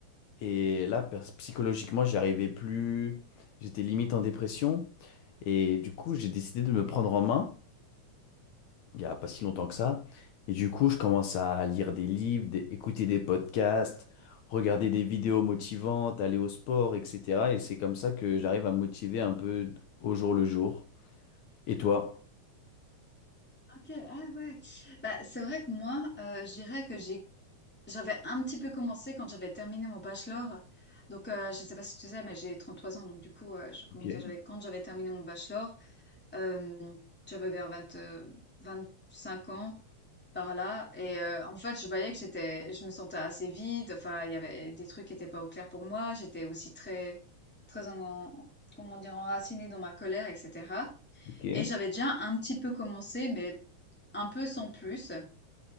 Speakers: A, on the left; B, in the centre.
A: Et là, pers- psychologiquement, j'y arrivais plus. J'étais limite en dépression. Et du coup, j'ai décidé de me prendre en main, il n'y a pas si longtemps que ça. Et du coup, je commence à lire des livres, des- écouter des podcasts, regarder des vidéos motivantes, aller au sport, etc. Et c'est comme ça que j'arrive à me motiver un peu au jour le jour. Et toi?
B: Ok, ah ouais. Bah, c'est vrai que moi, euh, je dirais que j'ai J'avais un petit peu commencé quand j'avais terminé mon bachelor. Donc, euh, je ne sais pas si tu sais, mais j'ai 33 ans. Donc, du coup, euh, je- comment
A: Ok,
B: dire, j'avais, quand j'avais terminé mon bachelor, euh, j'avais vers 20 euh, cinq ans par là. Et euh, en fait, je voyais que j'étais, je me sentais assez vide. Enfin, il y avait des trucs qui n'étaient pas au clair pour moi. J'étais aussi très, très en, comment dire, enracinée dans ma colère, etc.
A: ok.
B: Et j'avais déjà un petit peu commencé, mais un peu sans plus.